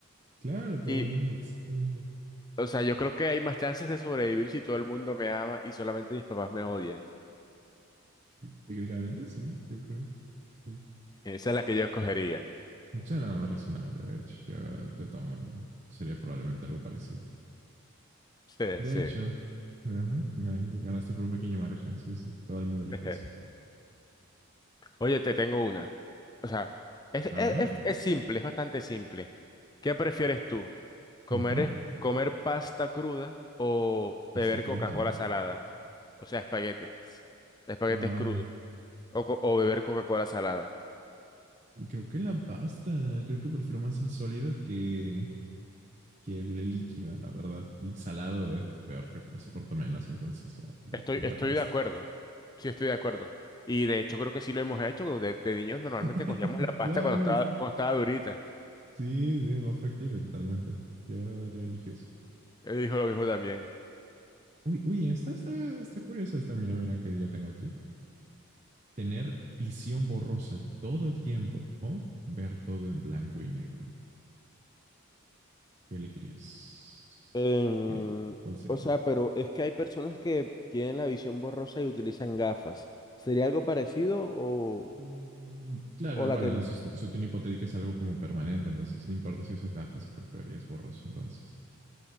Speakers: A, on the right (about 30°); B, on the left (about 20°).
A: claro, todo
B: Y,
A: el mundo, exactamente.
B: o sea, yo creo que hay más chances de sobrevivir si todo el mundo me ama y solamente mis papás me odian.
A: Técnicamente sí, yo creo que sí.
B: Esa es la que yo escogería.
A: Sí, Suena nada más razonable, de hecho, yo, yo tomo- sería probablemente algo parecido.
B: Sí,
A: De
B: sí.
A: hecho, ajá, gan- ganaste por un pequeño margen, sí, sí, todo el mundo elige
B: <laughs>
A: eso.
B: Oye, te tengo una. O sea, es,
A: A
B: es,
A: ver,
B: es- es simple, es bastante simple. ¿Qué prefieres tú? ¿Comer,
A: ujú,
B: es- comer pasta cruda o
A: pasta
B: beber
A: cruda.
B: Coca-Cola salada? O sea, espaguetes. Espaguetes
A: Ah,
B: crudos. O, co- o beber Coca-Cola salada.
A: creo que la pasta, creo que prefiero más el sólido que, que el, el líquido, la verdad. Y salado es peor, creo que lo soporto menos. Entonces yo creo
B: Estoy,
A: que
B: estoy
A: la pasta.
B: de acuerdo. Sí, estoy de acuerdo. Y de hecho creo que sí lo hemos hecho. De, de niños normalmente
A: <laughs>
B: cogíamos la pasta
A: claro,
B: cuando estaba,
A: es,
B: cuando estaba durita.
A: sí, sí, más factible totalmente. Yo, yo elijo eso.
B: Él dijo lo mismo también.
A: Uy, uy, esta está, está curiosa esta, mira, mira que yo tengo aquí. Tener visión borrosa todo el tiempo o ver todo en blanco y negro. ¿Qué elegirías?
B: Em,
A: ¿Qué, ¿Cuál sería?
B: o sea, pero es que hay personas que tienen la visión borrosa y utilizan gafas. ¿Sería algo parecido o,
A: Eh, claro,
B: o la
A: bueno,
B: ten...
A: la sutión hipotética es algo como permanente, entonces no importa si usas gafas, creo que verías borroso entonces.